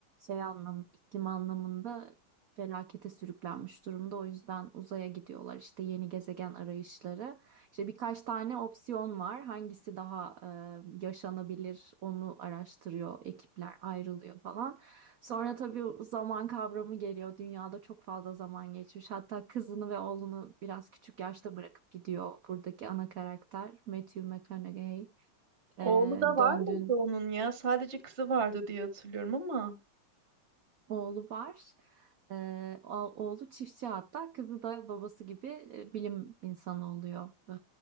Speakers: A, on the right; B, on the right.
A: şey anlam, iklim anlamında felakete sürüklenmiş durumda. O yüzden uzaya gidiyorlar. İşte yeni gezegen arayışları. İşte birkaç tane opsiyon var. Hangisi daha e, yaşanabilir onu araştırıyor ekipler ayrılıyor falan. Sonra tabii zaman kavramı geliyor. Dünyada çok fazla zaman geçmiş. Hatta kızını ve oğlunu biraz küçük yaşta bırakıp gidiyor buradaki ana karakter Matthew McConaughey.
B: Oğlu
A: Ee,
B: da var
A: döndüğün
B: mıydı onun ya? Sadece kızı vardı diye hatırlıyorum ama.
A: oğlu var. Ee, o- oğlu çiftçi hatta kızı da babası gibi e, bilim insanı oluyor e,